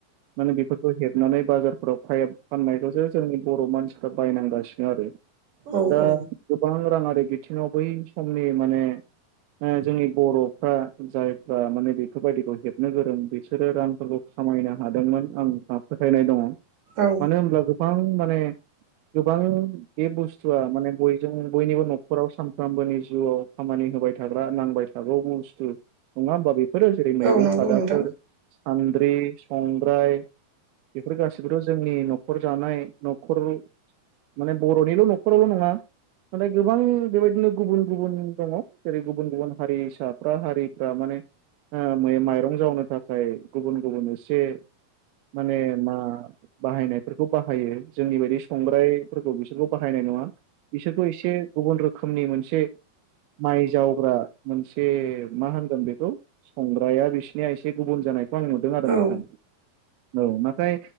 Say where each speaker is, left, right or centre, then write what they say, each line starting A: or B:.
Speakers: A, on the right; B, on the right.
A: माने बेफोरखौ हेबनानै बाजारफोराव फाइप फाननायखौसो जोंनि बर' मानसिफ्रा बायनांगासिनो आरो
B: औ
A: दा
B: औ
A: गोबां राङारि बिथिङाव बै समनि माने ओ जोंनि बर'फ्रा जायफ्रा माने बेफोरबायदिखौ हेबनो गोरों बिसोरो रांफोरखौ खामायनो हादोंमोन आं फोथायनाय दङ
B: औ
A: मानो होनब्ला गोबां माने गोबां बे बुस्थुआ माने बयजों बयनिबो न' आराव सानफ्रामबोनि जिउआव खामानि होबाय थाग्रा नांबाय थागौ बुस्थु नङा होमा बे फोरो जेरै मैगं
B: औ नंगौ
A: खादाफोर
B: नोंथां
A: सान्द्रि संग्राय बेफोर गाैबोथ' जोंनि न'खर जानाय न'खर माने बर'निल' न'खरावल' नङा नाथाय गोबां बेबायदिनो गुबुन गुबुन दङ जेरै गुबुन गुबुन हारिसाफ्रा हारिफ्रा माने माइरं जावनो थाखाय गुबुन गुबुन एसे माने मा बाहायनायफोरखौ बाहायो जोंनि बायदि संग्राय बिसोरखौ बाहायनाय नङा बिसोरखौ एसे गुबुन रोखोमनि मोनसे मोनसे माइ जावग्रा मोनसे मा होन बेखौ संग्राया बिसिनिया एसे गुबुन जानायखौ आं नुदों आरो
B: औ
A: नोंथां औ माथाय